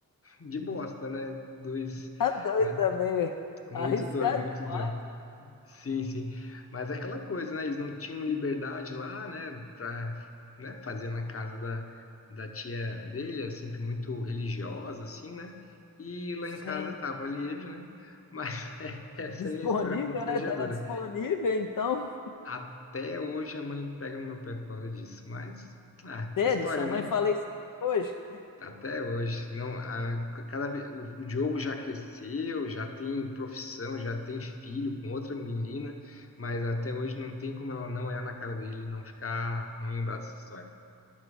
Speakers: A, on the left; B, on the left.
A: de bosta, né? Dois,
B: Tá doido
A: né?
B: também, velho.
A: Muito
B: Arriscado
A: doido, muito
B: demais.
A: doido. Sim, sim. Mas aquela coisa, né? Eles não tinham liberdade lá, né? Pra, né? fazer na casa da, da tia dele, era sempre muito religiosa, assim, né? E lá
B: Sim.
A: em casa tava livre, né? Mas <laughs> essa
B: Disponível,
A: é a minha história constrangedora.
B: né? Tava disponível, então.
A: Até hoje a mãe pega no meu pé por causa disso, mas ah,
B: Sério,
A: história,
B: sua
A: né?
B: mãe falou isso hoje?
A: Até hoje, não, a, cada vez o Diogo já cresceu, já tem profissão, já tem filho com outra menina, mas até hoje não tem como ela não olhar na cara dele e não ficar, não lembrar dessa história.